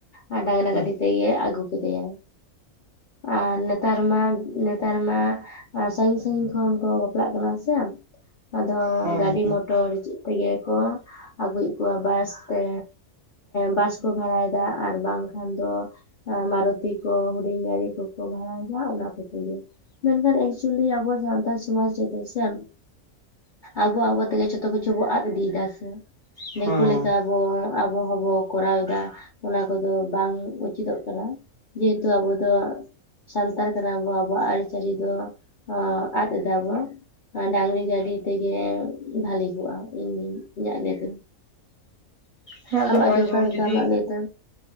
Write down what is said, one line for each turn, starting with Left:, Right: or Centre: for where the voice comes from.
Left: ᱟᱨ ᱰᱟᱝᱨᱟ
Right: ᱦᱮᱸ
Left: ᱜᱟᱹᱰᱤ ᱛᱮᱜᱮ ᱟᱹᱜᱩ ᱠᱮᱫᱮᱭᱟᱭ ᱟᱨ ᱱᱮᱛᱟᱨ ᱢᱟ ᱱᱮᱛᱟᱨ ᱢᱟ ᱥᱟᱹᱜᱤᱧ ᱥᱟᱹᱜᱤᱧ ᱠᱷᱚᱱ ᱠᱚ ᱵᱟᱯᱞᱟᱜ ᱠᱟᱱᱟ ᱥᱮ ᱟᱫᱚ
Right: ᱦᱮᱸ
Left: ᱜᱟᱹᱰᱤ ᱢᱚᱴᱚᱨ- ᱛᱮᱜᱮ ᱠᱚ ᱟᱹᱜᱩᱭᱮᱫ ᱠᱚᱣᱟ ᱵᱟᱥ ᱛᱮ ᱵᱟᱥ ᱠᱚ ᱵᱷᱟᱲᱟᱭᱮᱫᱟ ᱟᱨ ᱵᱟᱝᱠᱷᱟᱱ ᱫᱚ ᱢᱟᱨᱩᱛᱤ ᱠᱚ ᱦᱩᱰᱤᱧ ᱜᱟᱨᱤ ᱠᱚᱠᱚ ᱵᱷᱟᱲᱟᱭᱫᱟ ᱚᱱᱟ ᱠᱚᱛᱮᱜᱮ ᱢᱮᱱᱠᱷᱟᱱ ᱮᱠᱪᱩᱭᱮᱞᱤ ᱟᱵᱚ ᱡᱟᱦᱟᱱ <unintelligible> ᱥᱮᱱ ᱟᱵᱚ ᱟᱵᱚ ᱛᱮᱜᱮ ᱡᱚᱛᱚ ᱠᱤᱪᱷᱩ ᱵᱚ ᱟᱫ ᱤᱫᱤᱭᱮᱫᱟ ᱥᱮ,
Right: ᱦᱮᱸ
Left: ᱫᱤᱠᱩ ᱞᱮᱠᱟ ᱦᱚᱸ ᱟᱵᱚ ᱦᱚᱸᱵᱚ ᱠᱚᱨᱟᱣ ᱮᱫᱟ ᱚᱱᱟ ᱠᱚᱫᱚ ᱵᱟᱝ ᱩᱪᱤᱛᱚᱜ ᱠᱟᱱᱟ᱾ ᱡᱮᱦᱮᱛᱩ ᱟᱵᱚ ᱫᱚ ᱥᱟᱱᱛᱟᱲ ᱠᱟᱱᱟᱵᱚ ᱟᱵᱚᱣᱟᱜ ᱟᱹᱨᱤᱪᱟᱹᱞᱤ ᱫᱚ ᱟᱫ ᱮᱫᱟ ᱵᱚᱱ ᱰᱟᱝᱨᱤ ᱜᱟᱹᱰᱤ ᱛᱮᱜᱮ ᱵᱷᱟᱞᱤ ᱠᱚᱜᱼᱟ ᱤᱧᱜ ᱤᱧᱟᱹᱜ ᱞᱟᱹᱭ ᱛᱮᱫᱚ᱾
Right: ᱦᱮᱸ ᱟᱫᱚ
Left: ᱟᱢᱟᱜ
Right: ᱱᱚᱜᱚᱭ
Left: ᱜᱮ ᱚᱠᱟ
Right: ᱡᱮᱢᱚᱱ
Left: ᱞᱮᱠᱟ
Right: ᱡᱩᱫᱤ,
Left: ᱟᱢᱟᱜ ᱞᱟᱹᱭ ᱛᱮ